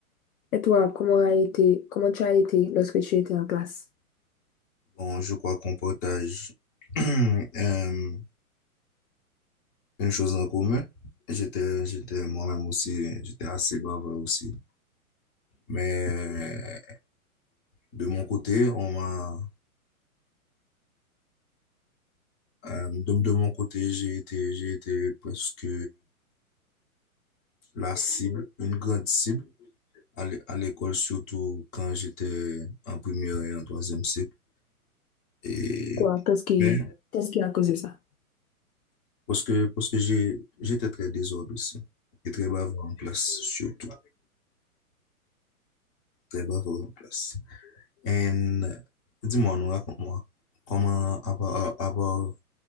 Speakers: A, on the left (about 70°); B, on the left (about 35°).
A: Et toi, comment a été, comment tu as été lorsque tu étais en classe?
B: Bon, je crois qu'on partage <clears throat> euh, une chose en commun. J'étais, j'étais moi-même aussi, j'étais assez bavard aussi. Mais de mon côté, on m'a, euh, de, de mon côté, j'ai été, j'ai été presque la cible, une grande cible à l'é- à l'école, surtout quand j'étais en première et en troisième cycle. Et,
A: Quoi? Qu'est-ce qui,
B: mais
A: qu'est-ce qui a causé ça?
B: parce que, parce que j'ai, j'étais très désordre aussi et très bavard en classe, surtout très bavard en classe. And dis-moi, nous, raconte-moi, comment, à part, à part,